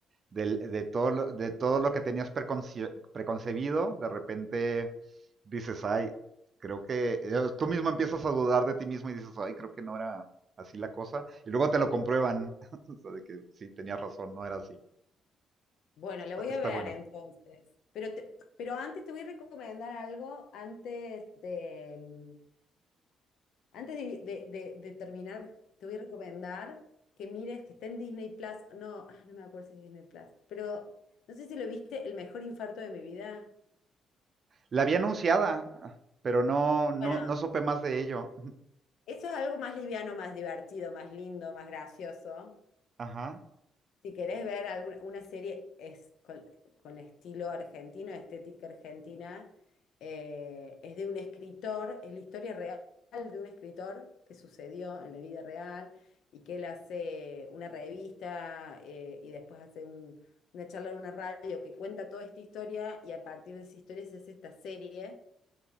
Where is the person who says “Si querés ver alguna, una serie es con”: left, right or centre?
Left